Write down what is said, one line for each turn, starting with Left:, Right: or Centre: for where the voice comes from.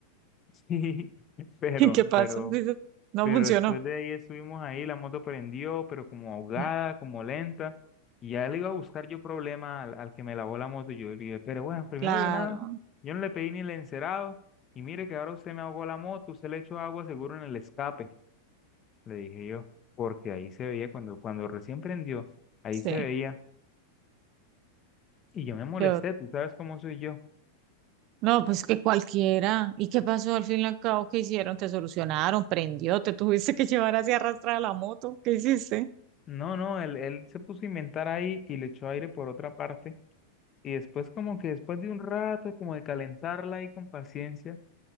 Left: Sí, <laughs>
Right: <laughs>
Left: pero,
Right: ¿Y qué pasó?
Left: pero,
Right: Dices, no
Left: pero
Right: funcionó.
Left: después de ahí estuvimos ahí, la moto prendió, pero como ahogada,
Right: Mm,
Left: como lenta, y ya le iba a buscar yo problemas al, al que me lavó la moto, y yo le dije, pero bueno, primero
Right: Claro.
Left: que nada, yo no le pedí ni el encerado, y mire que ahora usted me ahogó la moto, usted le echó agua seguro en el escape, le dije yo, porque ahí se veía cuando, cuando recién prendió, ahí
Right: Sí,
Left: se veía, y yo me molesté,
Right: yo,
Left: tú sabes cómo soy yo.
Right: no, pues que cualquiera. ¿Y qué pasó al fin y al cabo? ¿Qué hicieron? ¿Te solucionaron? ¿Prendió? ¿Te tuviste que llevar así arrastrada la moto? ¿Qué hiciste?
Left: No, no, él, él se puso a inventar ahí y le echó aire por otra parte. Y después como que después de un rato, como de calentarla ahí con paciencia,